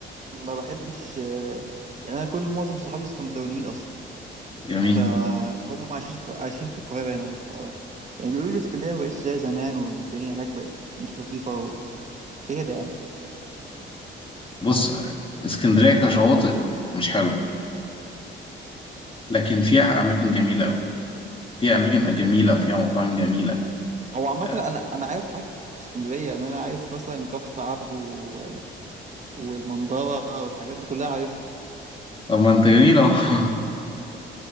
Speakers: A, on the right; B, on the left.
A: ما بحبش آه، يعني انا كل معظم صحابي اسكندرانيين اصلا
B: جميل
A: فهم عايشين في عايشين في القاهره هنا ف يعني بيقولوا لي اسكندريه ما بقتش زي زمان والدنيا هناك بقت مش لطيفه وكده يعني
B: بص اسكندرية كشواطئ مش حلو لكن فيها أماكن جميلة أوي فيها أماكن جميلة وفيها مطاعم جميلة
A: هو عامة
B: آه،
A: أنا أنا عارف حاجات كتير في اسكندرية يعني أنا عارف مثلا كفر عبده و- والمنظرة والحاجات دي كلها عارفها
B: طب ما أنت جميل أهو <laughs>